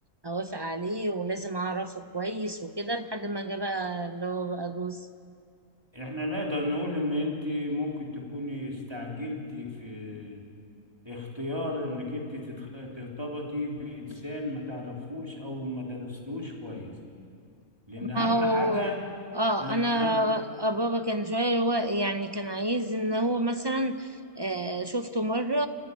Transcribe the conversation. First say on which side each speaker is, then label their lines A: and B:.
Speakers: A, on the right; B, on the right.
A: أوافق عليه ولازم أعرفه كويس وكده لحد ما جه بقى اللي هو بقى جوز
B: احنا نقدر نقول ان انت ممكن تكوني استعجلتي في اختيار انك انت تتخ- ترتبطي بانسان ما تعرفوش او ما درستوش كويس لان اهم
A: ما هو
B: حاجة
A: اه
B: آه،
A: انا
B: اهم
A: بابا كان شويه هو يعني كان عايز ان هو مثلا آه شفته مره